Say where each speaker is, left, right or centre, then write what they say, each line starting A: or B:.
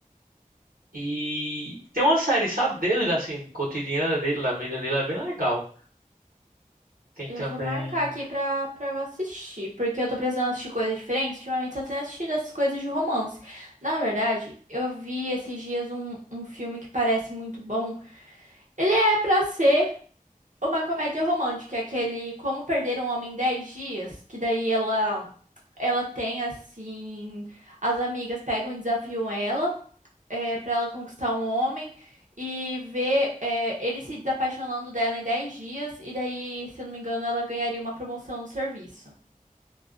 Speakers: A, on the right; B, on the right.
A: E tem uma série, sabe, dele, assim, cotidiana dele, da vida dele, é bem legal. Tem
B: Eu
A: também.
B: vou marcar aqui pra, pra eu assistir, porque eu tô precisando assistir coisas diferentes. Ultimamente só tenho assistido essas coisas de romance. Na verdade, eu vi esses dias um, um filme que parece muito bom. Ele é pra ser uma comédia romântica, aquele Como Perder um Homem em 10 Dias, que daí ela, ela tem assim. As amigas pegam e desafiam ela para ela conquistar um homem e ver é, ele se desapaixonando dela em 10 dias, e daí, se eu não me engano, ela ganharia uma promoção no serviço.